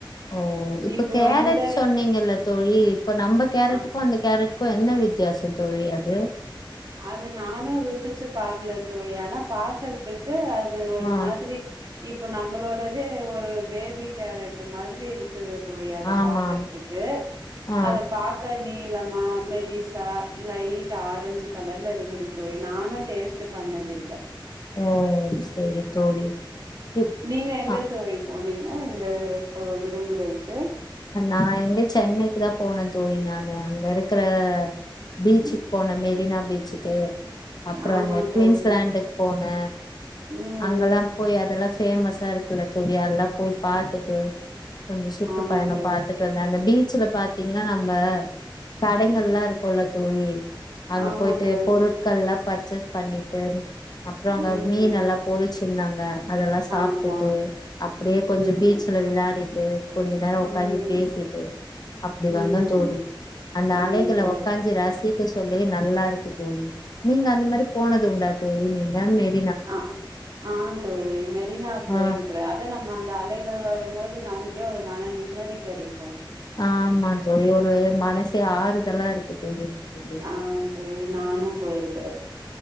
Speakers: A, on the left; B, on the right.
A: ஓ இப்ப
B: இப்போ
A: கேரட்
B: இந்த
A: சொன்னீங்கல்ல தோழி இப்ப நம்ப கேரட்டுக்கு
B: அ
A: அந்த கேரட் கோ என்ன வித்தியாச தோழி அது
B: அது நானு ருசிச்சு பாக்கல தோழி ஆனா பாக்கறதுக் து அது ஒரு
A: ஆ
B: மாதிரி இப்போ நம்மளோடதே ஒரு பேபி கேரட் மாதிரி இருக்குது தோழி அத
A: ஆமாம்
B: பாக்கறதுக்கு
A: ஆ
B: அத பக்க நீ நளமா மெடிசா லைட் ஆரஞ்சு கலர்ல இருக்குது தோழி நானு டேஸ்டு பண்ணது இல்ல
A: ஊம் செரி தோழி உ
B: நீங்க எங்க
A: அஹ்
B: தோழி போனீங்க இந்த இப்போ விடுமுறைக்கு
A: நா எங்க சென்னைக்கு தா போனே தோழி நானு அங்க இருக் க்கற பீச்சுக்கு
B: ம்
A: போன மெரினா பீச் ச்சுக்கு அப்றோ
B: ஆமா
A: அந்த குவீன்ஸ்லேண்டுக்கு
B: தோழி
A: போனே
B: ம்
A: அங்கெல்லா போய் அதெல்லா சுத் பேமஸா இருக்குல்ல தோழி அதெல்லா போய் பாத்துட்டு கொஞ்ச சுற்று
B: ஆமா
A: பயணம்
B: தோழி
A: பாத்துட்டு வந்தோ அந்த பீச் பீச்ல பாத்தீங்கன்னா நம்ப கடைங்கல்லா
B: ம்
A: இருக்குல்ல தோழி அங்க
B: ஆமா
A: போய்ட்டு
B: தோழி
A: பொருட்கள்லா பர்ச்சேஸ் பண்ணீட்டு அப்றோ அங்க
B: ம்
A: மீன் எல்லா பொரிச்சு இருந்தாங்க அதெல்லா சாப்ட்டுட்டு
B: ஆமா
A: அப்டியே
B: ம்
A: கொஞ்சோ பீச்சல விளாடீட்டு கொஞ்ச நேரோ ஒக்காந்து
B: ம்
A: பேசீட்டு அப்டி வந்தோ
B: ம்
A: தோழி அந்த
B: ஆ
A: அலைகல
B: தோழி
A: உக்காஞ்சி ரசிக்க தோழி நல்லா இருக்கு தோழி நீங்க அந்த மாரி போனது உண்டா சோ நீங் எல்லாமே நே
B: அ ஆ தோழி மெரினா போயிருக்கிறே
A: ஆ
B: அத நம்ம அந்த அலைகள் வரும்போது நமக் க்க ஒரு மன நிம்மதி கெடைக்
A: ஆமா தோழி ஒரு மனசு ஆறுதலா இருக்கு தோழி உங்களுக்கு
B: ஆ தோழி நானு போயிருக்றே